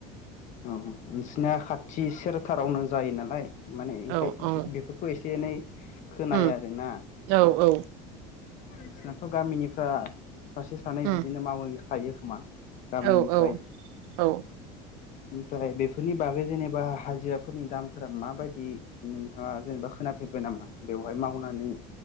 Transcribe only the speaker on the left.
नोंसिनिया खाथि सेरथारावनो जायो नालाय माने ओंखाय
बेफो खौ एसे एनै खोनायो
आरोना।
नोंसोनाथ' गामिनिफ्रा सासे सानै
बिदिनो मावहैखायो खोमा गामिनिफ्राय
ओमफ्राय बेफोरनि बागै जेनेबा हाजिराफोरनि दामफोरा माबायदि नोंथांङा जेनेबा खोनाफेरबाय नामा? बेवहाय मावनानै